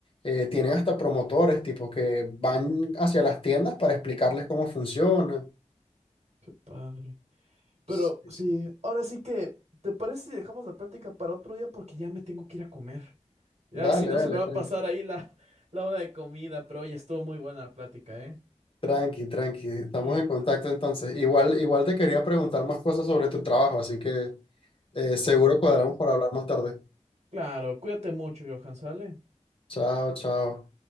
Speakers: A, on the left; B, on the right.
A: eh, tienen hasta promotores, tipo, que van hacia las tiendas para explicarles cómo funciona.
B: Qué padre. Pero
A: Sí,
B: sí,
A: sí.
B: ahora sí que, ¿te parece si dejamos la práctica para otro día? Porque ya me tengo que ir a comer. Ya,
A: Dale,
B: si no
A: dale,
B: se me va
A: tranqui,
B: a pasar ahí la, la hora de comida, pero hoy estuvo muy buena la plática, ¿eh?
A: tranqui, tranqui. Estamos
B: Sí,
A: en contacto entonces. Igual, igual te quería preguntar más cosas sobre tu trabajo, así que eh, seguro
B: por supuesto.
A: cuadramos para hablar más tarde.
B: Claro, cuídate mucho, Johan, ¿sale?
A: Chao, chao.